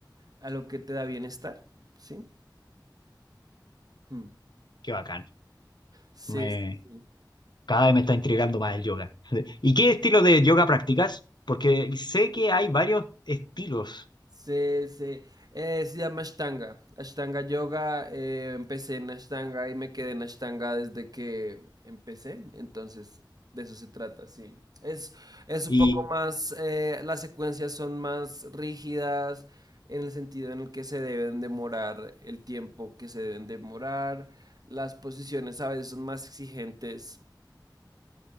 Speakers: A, on the right (about 55°); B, on the left (about 65°).
A: a lo que te da bienestar, ¿sí? Hmm.
B: Qué bacán.
A: Sí,
B: Me,
A: sí, sí.
B: cada vez me está intrigando más el yoga. <laughs> ¿Y qué estilo de yoga practicas? Porque sé que hay varios estilos
A: Sí, sí. Eh, se llama Ashtanga. Ashtanga Yoga. eh, empecé en Ashtanga y me quedé en Ashtanga desde que empecé. Entonces, de eso se trata, sí. Es, es un
B: y
A: poco más, eh, las secuencias son más rígidas en el sentido en el que se deben demorar el tiempo que se deben demorar. Las posiciones a veces son más exigentes